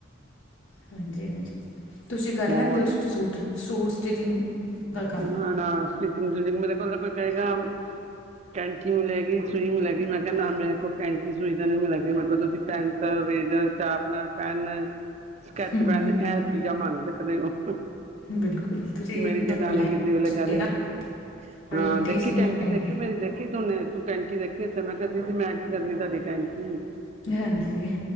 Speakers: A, on the left; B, on the right.
A: ਹਾਂਜੀ-ਹਾਂਜੀ ਤੁਸੀਂ ਕਰ
B: ਹੋਰ
A: ਲੈਂਦੇ ਹੋ ਸੂਟ-ਸੂਟ ਸਟਿਚਿੰਗ ਦਾ ਕੰਮ
B: ਨਾ ਨਾ ਸਟੀਿਚਿੰਗ ਮੇਰੇ ਕੋਲ ਕੋਈ ਕਹੇਗਾ <unintelligible> ਕੈਂਚੀ ਵੀ ਲੈਗੀ ਸੂਈ ਵੀ ਲੈਗੀ ਮੈਂ ਕਿਹਾ ਨਾ ਮੇਰੇ ਕੋ ਕੈਂਚੀ ਸੂਈ ਤਾਂ ਨਹੀਂ ਮਿਲੇਗੀ ਮੈਂ ਕੋਲ ਤੁਸੀਂ pen eraser sharpener pen sketch
A: ਹੂੰ
B: pen ਐਹ ਚੀਜ਼ਾਂ ਮੰਗ ਸਕਦੇ ਹੋ
A: ਬਿਲਕੁਲ ਤੁਸੀਂ
B: ਮੇਰੀ
A: ਤੁਹਾਡੀ
B: ਜਿ ਨਹੀਂ <unintelligible> ਕਿਸੇ ਵੇਲੇ
A: ਦੂਸਰੀ
B: ਕਹਿ ਦੇਗੀ
A: ਹੈ ਨਾ ਤੁਹਾਡੀ
B: ਹਾਂ ਦੇਖੀ
A: ਟੀਚਿੰਗ
B: ਕੈ
A: ਲਾਈਨ
B: ਕੈਂਚੀ ਦੇਖੀ ਮੇਰੀ ਦੇਖੀ ਤੂਨੇ ਤੂੰ ਕੈਂਚੀ ਦੇਖੀ ਇੱਥੇ ਮੈਂ ਕਿਹਾ ਦੀਦੀ ਮੈਂ ਕੀ ਕਰਨੀ ਤੁਹਾਡੀ ਕੈਂਚੀ
A: ਹੈ। ਹਾਂਜੀ